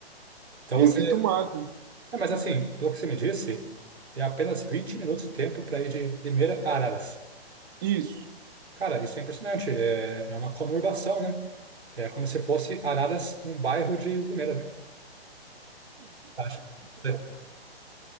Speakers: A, on the right (about 80°); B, on the right (about 20°).
A: Então
B: Evito
A: você.
B: o máximo.
A: É, mas assim, pelo que você me disse, é apenas 20 minutos de tempo para ir de Limeira a Araras.
B: Isso.
A: Cara, isso é impressionante. É, é uma conurbação, né? É como se fosse Araras um bairro de Limeira, né? Acho. que- é.